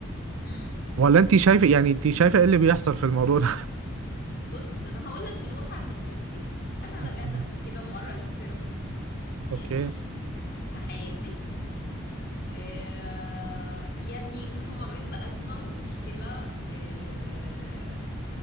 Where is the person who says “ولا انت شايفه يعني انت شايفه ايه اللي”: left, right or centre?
Right